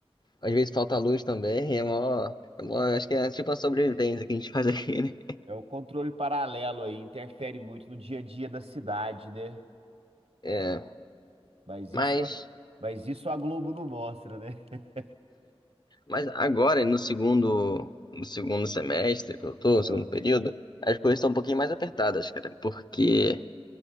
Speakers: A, on the left; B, on the right.
A: Às vezes falta luz também, é mó, é mó. Acho que é tipo a sobrevivência que a gente faz aqui, né?
B: é o controle paralelo aí, interfere muito no dia a dia da cidade, né?
A: É.
B: Mas
A: Mas.
B: isso, a- mas isso a Globo não mostra, né? <laughs>
A: Mas agora, no segundo, no segundo semestre que eu tô,
B: Ah,
A: no segundo período, as coisas estão um pouquinho mais apertadas, cara, porque